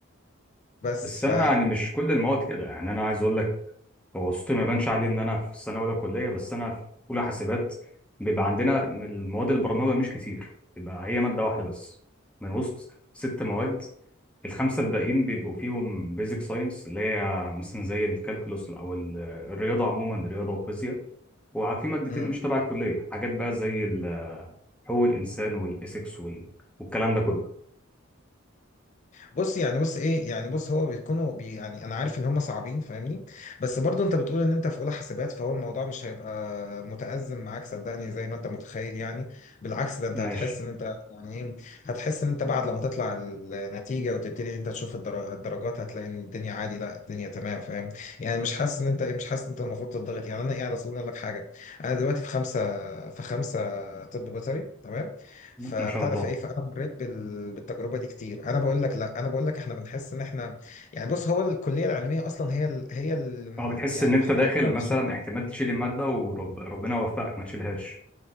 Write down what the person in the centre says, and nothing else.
بس انا
يعني مش كل المواد كده يعني انا عايز اقول لك هو صوتي ما يبانش عليه ان انا في السنه اولى كليه بس انا في اولى حاسبات بيبقى عندنا المواد البرمجه مش كتير بيبقى هي ماده واحده بس من وسط ست مواد الخمسه الباقيين بيبقوا فيهم بيزك ساينس اللي هي مثلا زي الكالكولوس او ال- الرياضه عموما الرياضه والفيزياء وفي مادتين
مش تبع الكليه حاجات بقى زي ال- حقوق الانسان والايثكس وال- والكلام ده كله
ماشي
ما
شاء الله
اه بتحس
ان انت
داخل مثلا
احتمال
تشيل الماده وربنا يوفقك ما تشيلهاش